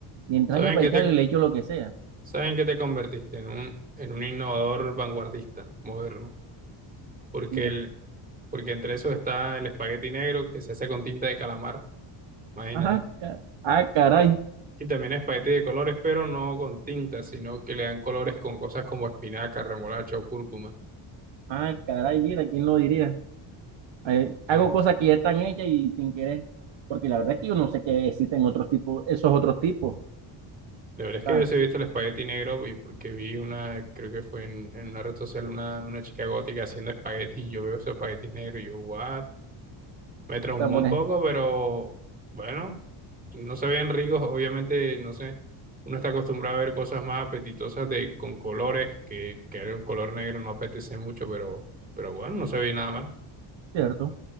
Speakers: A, on the right; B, on the right.
A: Mientras
B: ¿Saben
A: haya para
B: qué
A: echarle,
B: te,
A: le echo lo que sea.
B: saben qué te convertiste? En un, en un innovador vanguardista, moderno. Porque,
A: Mira,
B: el, porque entre eso está el espagueti negro que se hace con tinta de calamar, imagínate.
A: ah, ca- ah, caray,
B: Ta- Y también espagueti de colores, pero no con tinta, sino que le dan colores con cosas como espinaca, remolacha o cúrcuma.
A: ah, caray, mira, ¿quién lo diría? Eh, Hago
B: Ah,
A: cosas que ya están hechas y sin querer, porque la verdad es que yo no sé que existen otros tipos, esos otros tipos,
B: La verdad es que
A: ¿sabes?
B: yo sí he visto el espagueti negro y porque vi una, creo que fue en, en una red social, una, una chica gótica haciendo espagueti y yo veo esos espaguetis negros y yo, what? Me traumó
A: Está por
B: un
A: ej-
B: poco, pero bueno, no se ven ricos, obviamente, no sé. Uno está acostumbrado a ver cosas más apetitosas de, con colores, que, que el color negro no apetece mucho, pero, pero bueno, no se ve nada mal.
A: ¿cierto?